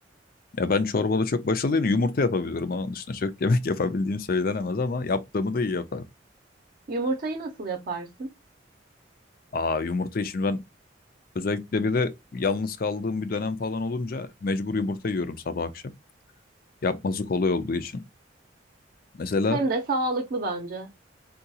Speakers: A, on the left; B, on the right.
A: Ya ben çorbada çok başarılıyım. Yumurta yapabiliyorum. Onun dışında çok yemek <laughs> yapabildiğim söylenemez ama yaptığımı da iyi yaparım.
B: Yumurtayı nasıl yaparsın?
A: Aa yumurtayı şimdi ben özellikle bir de yalnız kaldığım bir dönem falan olunca mecbur yumurta yiyorum sabah akşam. Yapması kolay olduğu için. Mesela
B: Hem de sağlıklı bence.